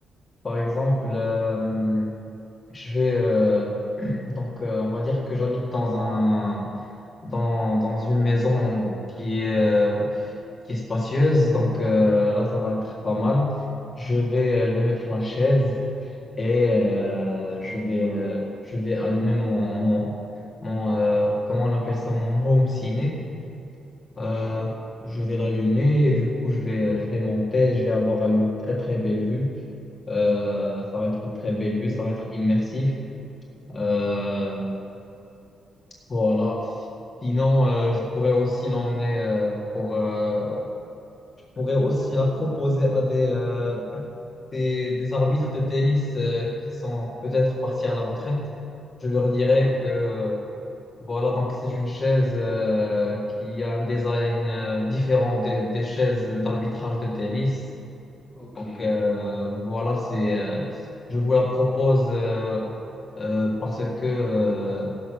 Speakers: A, on the left; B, in the centre.
A: par exemple, euh, je vais, euh, donc, euh, on va dire que j'habite dans un dans, dans une maison qui est euh, qui est spacieuse. Donc euh, là, ça va être pas mal. Je vais, euh, je vais mettre la chaise et euh, je vais,
B: ouais,
A: euh, je vais allumer mon, mon, mon, euh, comment on appelle ça, mon home ciné.
B: ok,
A: Euh, je vais l'allumer et du coup, je vais, euh, je vais monter. Je vais avoir une très très belle vue. Euh, ça va être une très belle vue. Ça va être immersif. Euh, voilà. Sinon, euh, je pourrais aussi l'emmener euh, pour. euh, je pourrais aussi la proposer à des, euh, des, des arbitres de tennis euh, qui sont peut-être partis à la retraite, je leur dirais
B: ouais,
A: que euh, voilà, donc c'est une chaise euh, qui a un design euh, différent des, des chaises d'arbitrage de tennis.
B: ok,
A: Donc euh, voilà, c'est euh, je vous la propose euh, euh, parce que euh,